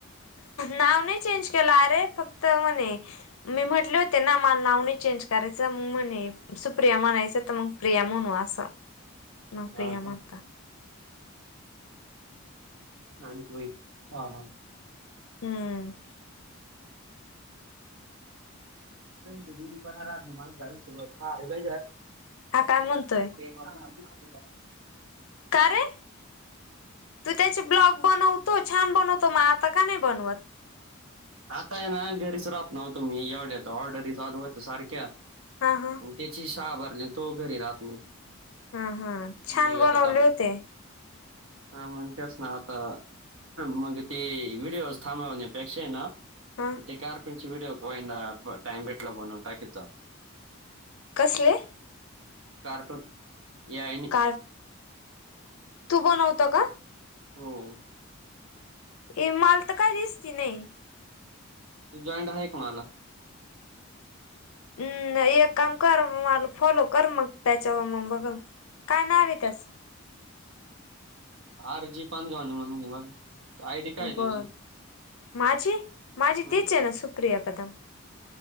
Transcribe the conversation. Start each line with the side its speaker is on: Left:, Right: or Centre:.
Left: नाव नाही चेंज केलं अरे फक्त म्हणे मी म्हटले होते ना मला नाव नाही चेंज करायच मग म्हणे सुप्रिया म्हणायचं तर मग प्रिया म्हणू असं मला
Right: हा
Left: प्रिया म्हणता.
Right: का नान झोळी ह हा.
Left: हम्म
Right: जडी पण म माग सत हा हे.
Left: हा काय म्हणतोय
Right: <unintelligible>
Left: का रे तू त्याचे ब्लॉग बनवतो छान बनवतो. मग आता का नाही बनवत?
Right: आताय ना घरीच राहत न्हवतो मी येवढ्या तर ऑर्डरी चालू होत्या सारख्या
Left: हा हा
Right: आणि त्याची शाळा भरली तो घरी राहात नाही.
Left: हा हा छान
Right: मी यतो
Left: बनवले
Right: थांब
Left: होते
Right: हा म्हणतेच ना आता मग ते व्हिडीओज थांबवण्यापेक्षा ना.
Left: हा
Right: ते कार पिन ची व्हिडिओ टाईम भेटला म्हणून टाकीत जा.
Left: कसले?
Right: कार्टूून ए आई नी.
Left: कार तू बनवतो का?
Right: हो
Left: ए माल तर काही दिसती नाही.
Right: तू जॉईंट आहे का मला?
Left: हम्म एक काम कर मग मला फॉलो कर मग त्याच्यावर मग बघल. काय नाव आहे त्याचं?
Right: आर जी पान घावणे म्हणून आहे बघा. आयडी काय आहे
Left: बर
Right: तुझी
Left: माझी माझी
Right: ह
Left: तीच आहे ना सुप्रिया कदम.